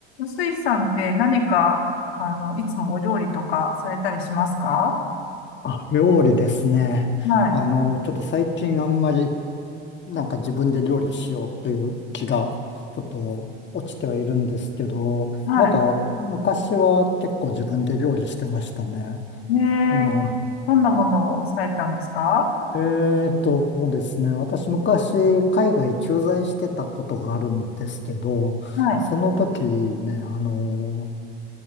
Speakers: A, on the left; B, on the left.
A: スイさんって何か、あの、いつもお料理とかされたりしますか
B: あ、料理ですね。
A: はい。
B: あの、ちょっと最近あんまりなんか自分で料理しようという気がちょっと落ちてはいるんですけど、
A: は
B: なんか昔は結構自分で料理してましたね。
A: い。ねえ、
B: うん、
A: どんなものをされたんですか
B: えーとですね。私昔海外駐在してたことがあるんですけど、
A: はい。
B: その時ね、あの、